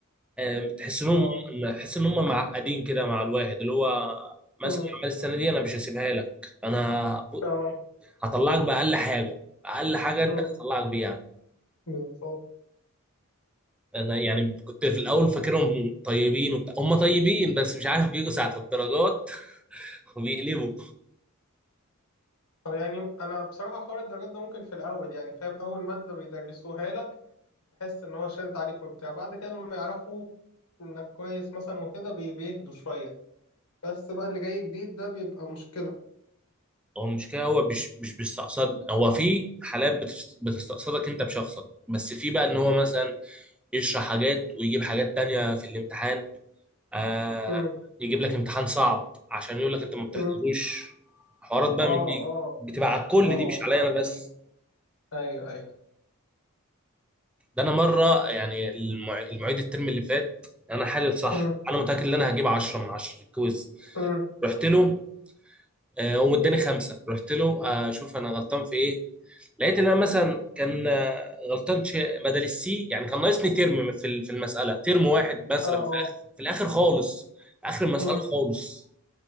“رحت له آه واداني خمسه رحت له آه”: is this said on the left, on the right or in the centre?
Centre